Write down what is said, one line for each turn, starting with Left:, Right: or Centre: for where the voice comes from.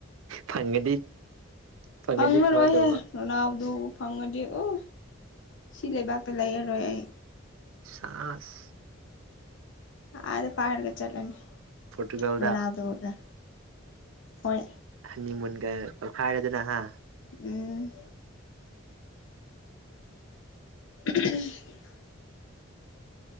Right: ꯐꯪꯉꯗꯤ ꯐꯪꯉꯗꯤ
Left: ꯐꯪꯉꯔꯣꯏꯍꯦ
Right: ꯀꯃꯥꯏꯅ ꯇꯧꯕ
Left: ꯔꯣꯅꯥꯜꯗꯨ ꯐꯪꯉꯗꯤ ꯎ ꯁꯤ ꯂꯩꯕꯥꯛꯇ ꯂꯩꯔꯔꯣꯏ ꯑꯩ
Right: ꯁꯥꯁ
Left: ꯑꯥꯗ ꯄꯥꯏꯔꯒ ꯆꯠꯂꯅꯤ
Right: ꯄꯣꯔꯇꯨꯒꯜꯗ
Left: ꯔꯣꯅꯥꯜꯗꯣꯒ ꯍꯣꯏ
Right: ꯍꯅꯤ ꯃꯨꯟꯒ ꯇꯧꯈꯥꯏꯔꯗꯅ ꯍꯥ
Left: ꯎꯝ <unintelligible>